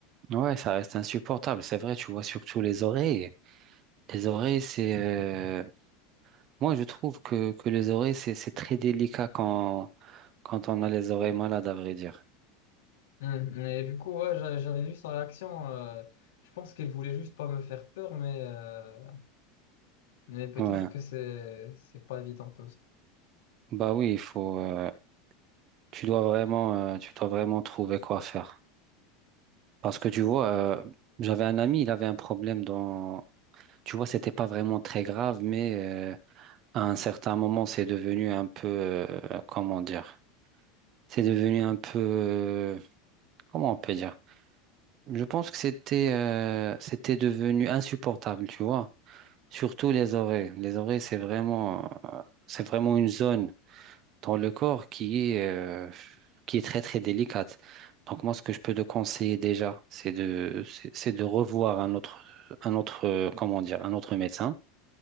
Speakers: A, on the right; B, on the left.
A: ouais, ça reste insupportable. C'est vrai, tu vois surtout les oreilles. Les oreilles, c'est, euh, moi, je trouve que, que les oreilles, c'est, c'est très délicat quand, quand on a les oreilles malades, à vrai dire.
B: Hum, Et du coup, ouais, j'a- j'avais vu sa réaction. euh, je pense qu'elle voulait juste pas me faire peur, mais, euh, mais peut-être
A: Ouais.
B: que c'est, c'est pas évident tout ça.
A: Bah oui, il faut, euh, tu dois vraiment, euh, tu dois vraiment trouver quoi faire. Parce que tu vois, euh, j'avais un ami, il avait un problème dans, tu vois, c'était pas vraiment très grave, mais euh, à un certain moment, c'est devenu un peu, euh, comment dire, c'est devenu un peu, euh, comment on peut dire? Je pense que c'était, euh, c'était devenu insupportable, tu vois. Surtout les oreilles. Les oreilles, c'est vraiment, euh, c'est vraiment une zone. dans le corps qui est, euh, qui est très très délicate. Donc moi, ce que je peux te conseiller déjà, c'est de, c'est c'est de revoir un autre, un autre, euh, comment dire, un autre médecin